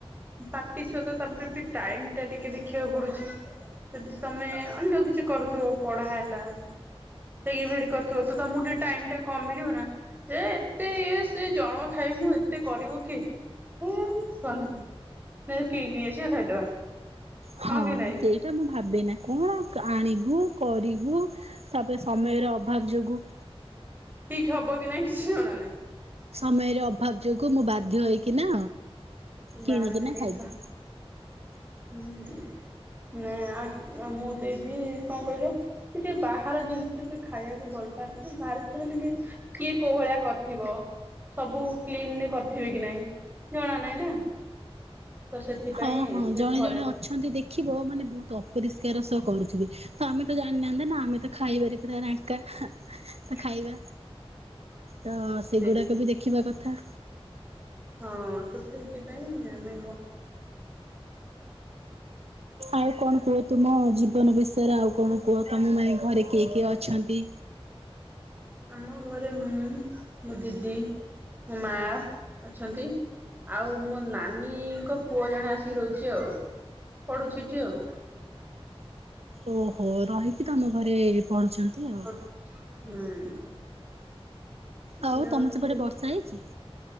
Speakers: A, on the right; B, on the right.
A: ପାଟି ସ୍ବାଦ ତାପରେ ବି ଟାଇମ୍ ଟା ଟିକେ ଦେଖିବାକୁ ପଡୁଚି। ଯଦି ତମେ ଅନ୍ୟ କିଛି କରୁଥିବ ପଢା ହେଲା କି <unintelligible> କରିଥିବ ତମକୁ ଟିକେ ଟାଇମ୍ ଟା କମ୍ ମିଳିବ ନାଁ। ହେ ଏତେ ଇଏ ସିଏ ଜଣ ଖାଇମୁଁ ଏତେ କରିବ କିଏ? ମୁଁ କଲିନି। ନାଇଁ କିଣିକି ନେଇ ଆସିବା ଖାଇଦବା।
B: ହଁ
A: କି ନାଇଁ?
B: ସେଇଟା ମୁଁ ଭାବେ ନାଁ କଣ ଆଣିବୁ କରିବୁ ତାପରେ ସମୟର ଅଭାବ ଯୋଗୁଁ
A: ଠିକ୍ ହବ କି ନାଇଁ କିଛି ଜଣା ନାହିଁ।
B: ସମୟର ଅଭାବ ଯୋଗୁ ମୁଁ ବାଧ୍ୟ ହେକି ନା
A: ବାହାରୁ
B: କିଣିକି
A: କିଣି
B: ନା ଖାଇଦିଏ।
A: ଖା ହୁଁ ନା ମୁଁ ଦେଇଦି କଣ କହିଲ ସେ ଟିକେ ବାହାର ଜିନିଷ ଟେ ଖାଇବାକୁ ଭଲ ପାଆନ୍ତି ବାହାରେ ନ ମାନେ ଟିକେ କିଏ କୋହଳିଆ କରି ଥିବ ସବୁ କ୍ଲିନରେ କରିଥିବେ କି ନାଇଁ ଜଣା ନହିଁ ନା। ତ ସେଥିପାଇଁ
B: ହଁ ହଁ
A: ସେ
B: ଜଣେ
A: ଘରେ
B: ଜଣେ ଅ ଅଛନ୍ତି ଦେଖିବ ମାନେ ବହୁତ ଅପରିଷ୍କାର ସହ କରୁଥିବେ ତ ଆମେ ତ ଜାଣିନାହାନ୍ତେ ନା ଆମେ ତ ଖାଇବାରେ ପ୍ର ରାଙ୍କ
A: <inaudible> ଁ
B: ତ ଖାଇବା ତ ସେଗୁଡାକ
A: ସେ
B: ବି ଦେଖିବା କଥା।
A: ହଁ ସୁ ସେଥି ପାଇଁ ଆମେ ଘ
B: ଆଉ କଣ କୁହ ତୁମ ଜୀବନ ବିଷୟରେ, ଆଉ କଣ କୁହ ତମ ମାନେ ଘରେ କିଏ କିଏ ଅଛନ୍ତି?
A: <inaudible> ଆମ ଘରେ ମୁଁ ମୋ ଦିଦି, ମୋ ମା ଅଛନ୍ତି। ଆଉ ମୋ ନାନୀଙ୍କ ପୁଅ ଜଣେ ଆସିକି ରହୁଛି, ଆଉ ପଢୁଛି ଏଠି ଆଉ।
B: ଓହୋ ରହିକି ତମ ଘରେ ପଢୁଛନ୍ତି ଆଉ।
A: ହୁଁ ଏଇଆ
B: ହଉ ତମ
A: ହଉଛି
B: ସେପଟେ
A: ଆଉ।
B: ବର୍ଷା ହେଇଛି?